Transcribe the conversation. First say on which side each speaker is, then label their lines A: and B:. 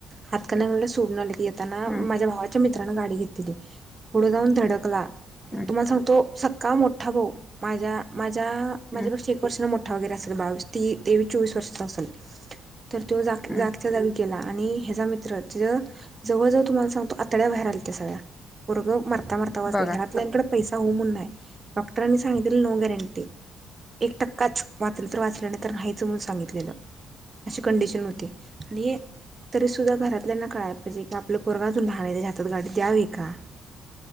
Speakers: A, on the right; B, on the left.
A: हातकणंगल्याला सोडून आलीत. येताना
B: हम्म
A: माझ्या भावाच्या मि- -त्रान गाडी घेतलेली. पुढं जाऊन धडक -ला
B: हम्म
A: तुम्हाला सांगतो, सख्खा मोठा भाऊ माझ्या माझ्या माझ्या
B: हम्म
A: पेक्षा एक वर्षान मोठा वगैरे असलं. बावीस ती तेवीस चोवीस वर्षात असेल. तर तो जागच्या
B: हम्म
A: जागी गेला. आणि हे चा मित्र तो जवळ जवळ तुम्हाला सांगतो, आतड्या बाहेर आल्यात्या सगळ्या पोरगं मरता मरता वाचलयं.
B: बघा
A: घरातल्याकडं पैसा हू म्हणून आहे. डॉक्टरांनी सांगितलेलं नो गॅरंटी एक टक्काच वाचल तर वाचल नाही तर नाहीच म्हणून सांगितलेलं अशी कंडिशन होती. आणि तरी सुद्धा घरातल्याना कळाय पाहिजे की आपलं पोरगा अजून लहान आहे. त्याच्या हातात गाडी द्यावीका का?